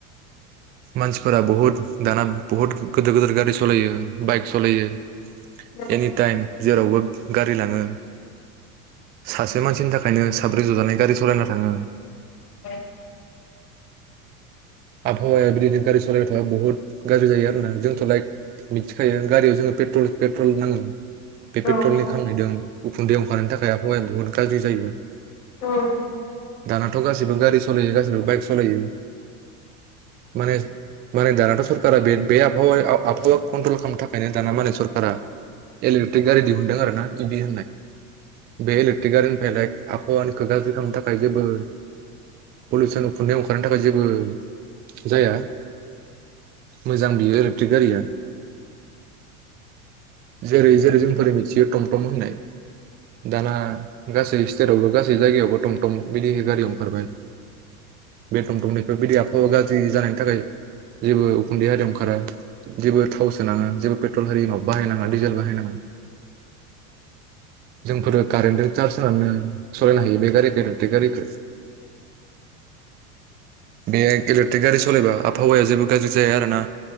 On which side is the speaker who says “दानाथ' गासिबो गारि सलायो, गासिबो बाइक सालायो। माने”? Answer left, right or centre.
Right